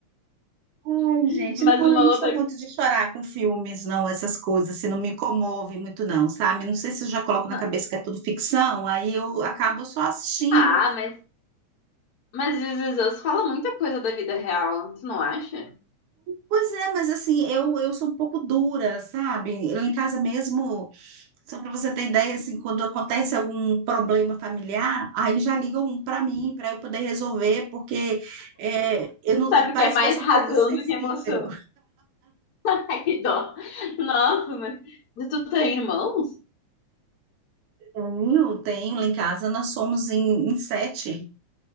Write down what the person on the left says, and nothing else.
<laughs>
Mas
uma
outra.
Não.
Ah, mas, mas This Is Us fala muita coisa da vida real, tu não acha?
Sabe
que é mais
razão
do que emoção. <laughs> Ai, que dó. Nossa, mas mas tu tem irmãos?